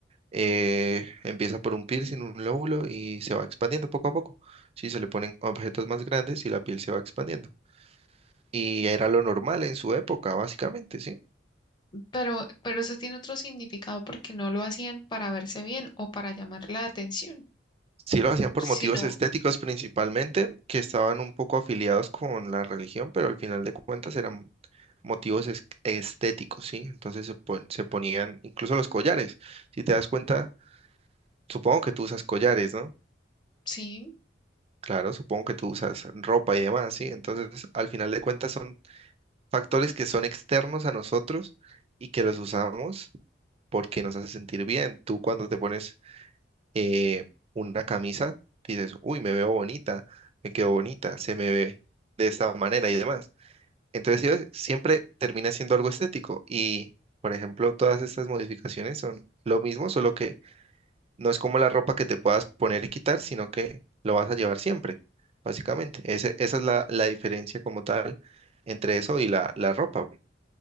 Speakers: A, on the right; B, on the left.
A: eh, empieza por un piercing, un lóbulo, y se va expandiendo poco a poco. Sí, se le ponen objetos más grandes y la piel se va expandiendo. y era lo normal en su época, básicamente, ¿sí?
B: pero, pero eso tiene otro significado porque no lo hacían para verse bien o para llamar la atención,
A: Sí lo hacían por
B: sino,
A: motivos estéticos principalmente, que estaban un poco afiliados con la religión, pero al final de cuentas eran motivos es- estéticos, ¿sí? Entonces se, pon- se ponían incluso los collares. Si te das cuenta, supongo que tú usas collares, ¿no?
B: sí,
A: Claro, supongo que tú usas ropa y demás, ¿sí? Entonces, al final de cuentas son factores que son externos a nosotros y que los usamos porque nos hace sentir bien. Tú cuando te pones eh, una camisa, dices, uy, me veo bonita, me quedo bonita, se me ve de esta manera y demás. Entonces, ¿sí ves? Siempre termina siendo algo estético y, por ejemplo, todas estas modificaciones son lo mismo, solo que no es como la ropa que te puedas poner y quitar, sino que lo vas a llevar siempre, básicamente. Ese- esa es la, la diferencia como tal entre eso y la, la ropa.